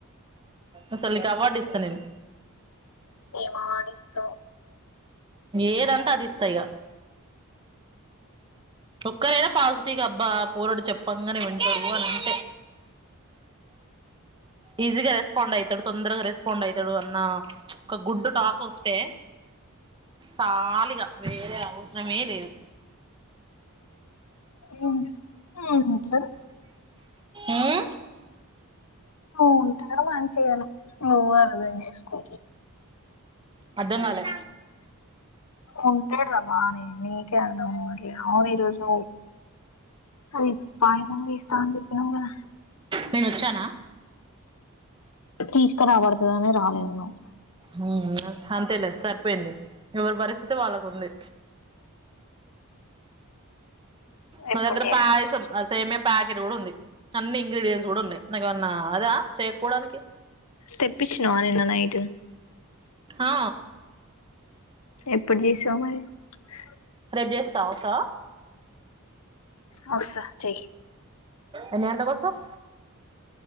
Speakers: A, on the right (about 20°); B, on the left (about 75°).
A: అసలు నీకు అవార్డు ఇస్తా నేను
B: ఏం అవార్డిస్తావ్
A: ఏదంటే అది ఇస్తాయిక ఒక్కరైనా పాజిటివ్గా అబ్బా పోరుడు చెప్పంగానే వింటాడు అని అంటే ఈజీగా రెస్పాండ్ అయితాడు తొందరగా రెస్పాండ్ అయితాడు అన్న ఒక గుడ్ టాక్ వస్తే సాలిగా వేరే అవసరమే లేదు
B: మ్మ్ ంటారు
A: ఉమ్
B: అవును వాంగ్ చేయను నువ్వే అర్ధంచేసుకో
A: అర్థంకాలే
B: ఉంటాడు ఆ బానే నీకే అర్థమవట్లేదు అవును ఈరోజు అది పయసం చేస్త అని చెప్పినవ్ కదా
A: నేను వచ్చానా
B: తీసుకురాబడుతదాని రాలేదు నువు
A: హుమ్ అంతేలే సరిపోయింది ఎవరి పరిస్థితి వాళ్ళకు ఉంది మా
B: ఎప్పుడు
A: దగ్గర
B: చేసావు
A: పాయసం ఆ సేమ్యా ప్యాకెట్ కూడా ఉంది అన్ని ఇంగ్రీడియంట్స్ కూడా ఉన్నాయి నాకు ఏమన్నా అదా చేయకపోవడానికి
B: తెప్పించినవా నిన్న నైటు
A: ఆ
B: ఎప్పుడు చేశావ్ మరి హ
A: జేస్తా వస్తావా
B: వస్స చేయ్
A: ఎన్ని గంటల కోస్తవ్